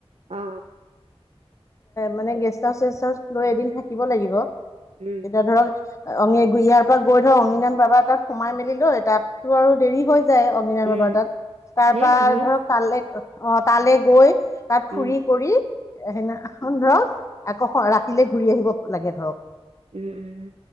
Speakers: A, on the right; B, on the left.
A: অ।
B: মানে গেষ্ট হাউচ চেষ্ট হাউচ লৈ এদিন থাকিব লাগিব।
A: উম,
B: তেতিয়া ধৰক অ, ইয়াৰ পৰা গৈ ধৰ অংনদান বাবা এ তাত সোমাই মেলি লৈ তাতো আৰু দেৰি হয়। য অগ্নিবাণ
A: উম,
B: বাবাৰ তাত। তাৰ
A: ধেৰ
B: পৰাা
A: মানুহ
B: ধৰক তালৈ অ তালৈ গৈ তাত ফুৰি
A: উম,
B: কৰি এ সেনেখন ধৰক আকৌ ৰাতিলে ঘূৰি আহিব। লাগে ধৰক।
A: উম, উম,